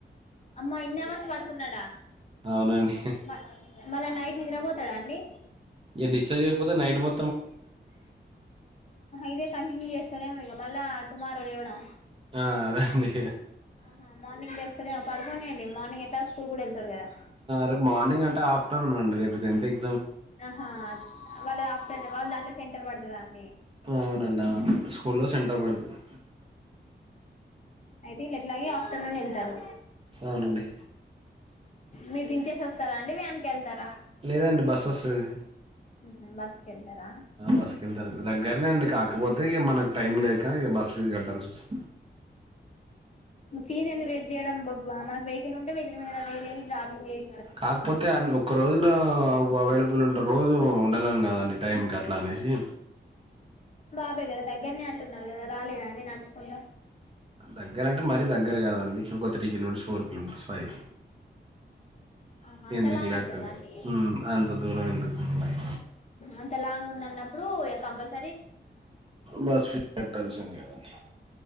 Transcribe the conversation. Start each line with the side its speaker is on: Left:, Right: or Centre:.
Left: అమ్మా ఇన్ని అవర్స్ వాడుకున్నాడా
Right: అవునండి
Left: మ మల్ల నైట్ నిద్రపోతాడా అండి
Right: ఇక డిస్టర్బ్ చేయకపోతే నైట్ మొ
Left: ఇదే కంటిన్యూ చేస్తాడేమో ఇక మళ్ళా టుమారో లేవ్వడం
Right: ఆ అదండి
Left: ఆహా మార్నింగ్ లేస్తాడేమో పడుకొనివ్వండి మార్నింగ్ ఎట్లాగో స్కూలు కూడా వెళ్తాడు కదా
Right: రేపు మార్నింగ్ అంటే ఆఫ్టర్నూన్ అండి రేపు టెన్త్ ఎగ్
Left: ఆహా వాళ అప్ వాళ్ళ దాంట్లో సెంటర్ పడతదా అండి
Right: అవునండి అవును స్కూల్లో సెంటర్ పడుతుంది
Left: అయితే ఇల్ ఎట్లాగే ఆఫ్టర్నూన్ వె తరు
Right: అవునండి
Left: మీరు దించేసి వస్తార అండి వ్యాన్ కి వెళ్తారా
Right: లేదండి బస్ వస్తుంది
Left: ఉహు బస్ కెళ్తారా
Right: బస్సుకి వెళ్తారు దగ్గరనే అండి కాకపోతే ఇగ మనకు టైం లేక ఈ బస్సు ఫీజ కట్టాల్సి వస్తుంది
Left: ఫీజ్ ఎందు వెేట్ చేయడం బొక్ మనకు వెహికల్ ఉంటే వెహికల్ మీదడై వెళి జాపింగ్ చెయ్
Right: కాకపోతే అన్ ఒక్క రోజులో అవైలబుల్ ఉంటే రోజు ఉండలేం కదండి టైం కి అట్లా అనేసి
Left: వే కదా దగ్గరనే అంటున్నారు కదా రాలేడా అండి నడుచకుండా
Right: దగ్గర అంటే మరీ దగ్గర కాదండి ఒక three kilometres four kilometres five
Left: ఆ అంత
Right: ఎందుకు
Left: లాంగ్
Right: లేకని
Left: ఉంటద అండి
Right: ఉమ్ అంత దూరం ఎందుకు మళ్ళీ
Left: అంత లాంగ్ ఉంటు అన్నప్పుడు కంపల్స
Right: బస్ ఫీ కట్టాల్సిందే కదా అండి